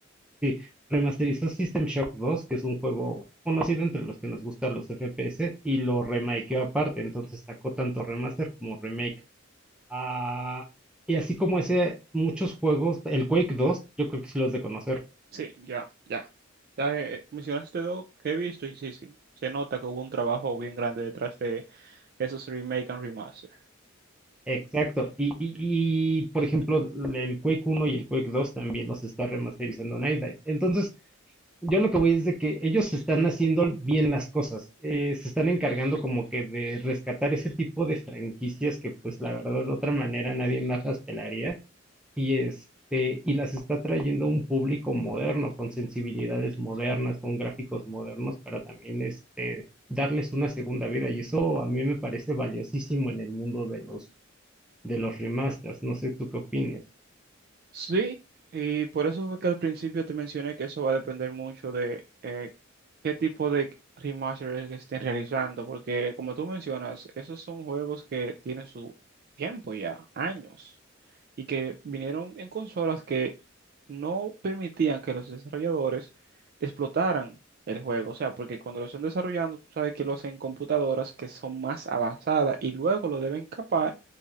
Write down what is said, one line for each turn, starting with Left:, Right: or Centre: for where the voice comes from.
Centre: Sí, remasterizó System Shock 2, que es un juego conocido entre los que nos gustan los FPS, y lo remakeó aparte, entonces sacó tanto remaster como remake. Ah, y así como ese, muchos juegos, el Quake 2, yo creo que sí los de conocer.
Right: Sí, ya, ya. Ya eh, mencionaste dos que he visto y sí, sí. Se nota que hubo un trabajo bien grande detrás de esos remake and remaster.
Centre: Exacto, y, y, y, por ejemplo, el Quake 1 y el Quake 2 también los está remasterizando Night Dive. Entonces, Yo lo que voy es de que ellos están haciendo bien las cosas, eh, se están encargando como que de rescatar ese tipo de franquicias que pues la verdad de otra manera nadie más las pelaría y este y las está trayendo a un público moderno con sensibilidades modernas, con gráficos modernos para también este darles una segunda vida y eso a mí me parece valiosísimo en el mundo de los de los remasters, no sé tú qué opines.
Right: Sí, y por eso fue que al principio te mencioné que eso va a depender mucho de eh, qué tipo de remaster es que estén realizando, porque como tú mencionas, esos son juegos que tienen su tiempo ya, años, y que vinieron en consolas que no permitían que los desarrolladores explotaran el juego, o sea, porque cuando lo están desarrollando, tú sabes que lo hacen en computadoras que son más avanzadas y luego lo deben capar